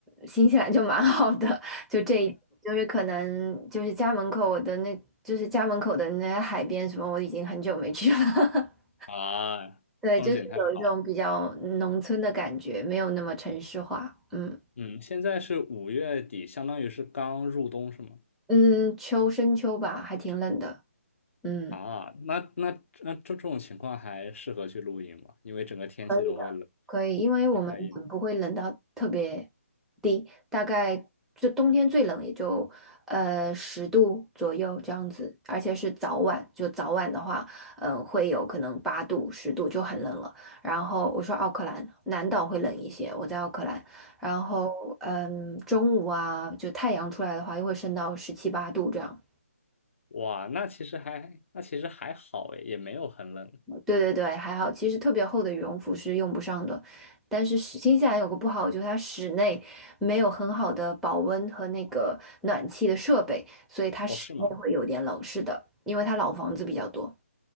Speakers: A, in the centre; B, on the left (about 60°).
A: 新西兰就蛮好的，<laughs> 就这一就是可能就是家门口的那就是家门口的那些海边什么，我已经很久没去了。<laughs>
B: 啊，
A: 对，
B: 风景太好了。
A: 就是有一种比较农村的感觉，没有那么城市化。嗯
B: 嗯，现在是五月底，相当于是刚入冬，是吗？
A: 嗯，秋深秋吧，还挺冷的。嗯。
B: 啊，那那那这这种情况还适合去露营吗？因为整个天气都会冷，
A: 可以的。可以，因为我们很不会冷到特别
B: 也可以吗
A: 低，大概就冬天最冷也就呃十度左右这样子，而且是早晚，就早晚的话，嗯、会有可能八度、十度就很冷了。然后我说奥克兰南岛会冷一些，我在奥克兰，然后嗯、中午啊，就太阳出来的话，又会升到十七八度这样。
B: 哇，那其实还那其实还好诶，也没有很冷。
A: 对对对，还好，其实特别厚的羽绒服是用不上的，但是室新西兰有个不好，就是它室内没有很好的保温和那个暖气的设备，所以它室内会有点冷，
B: 哦，是吗？
A: 是的，因为它老房子比较多。